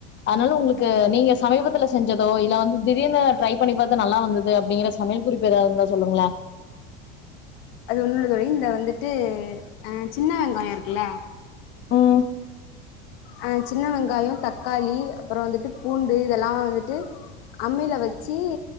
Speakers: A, on the left; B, on the left.
A: அதனால உங்களுக்கு நீங்க சமீபத்துல செஞ்சதோ இல்ல வந்து திடீர்னு ட்ரை பண்ணி பாத்தா நல்லா வந்தது அப்டிங்கிற சமையல் குறிப்பு ஏதாவது இருந்தா சொல்லுங்கள
B: அது ஒண்ணு உள்ள தோழி இந்த வந்துட்டு அ சின்ன வெங்காயோ இருக்குல்ல
A: உம்
B: அ சின்ன வெங்காயோ தக்காளி அப்ரோ வந்துட்டு பூண்டு இதெல்லா வந்துட்டு அம்மில வச்சி